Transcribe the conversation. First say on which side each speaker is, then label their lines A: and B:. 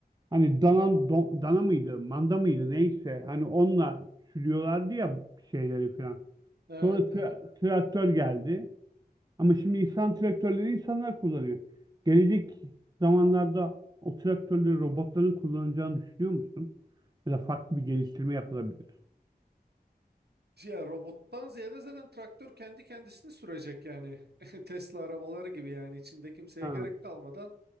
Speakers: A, on the right (about 25°); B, on the right (about 80°).
A: hani dana, do- dana mıydı manda mıydı neyse hani onunla sürüyorlardı ya şeyleri falan.
B: evet,
A: Sonra tra-
B: evet.
A: traktör geldi ama şimdi insan traktörleri insanlar kullanıyor. Gelecek zamanlarda o traktörleri robotların kullanacağını düşünüyor musun? Ya da farklı bir geliştirme yapılabilir.
B: Ya robottan ziyade zaten traktör kendi kendisini sürecek yani. <laughs> Tesla arabaları gibi yani içinde kimseye
A: Ha.
B: gerek kalmadan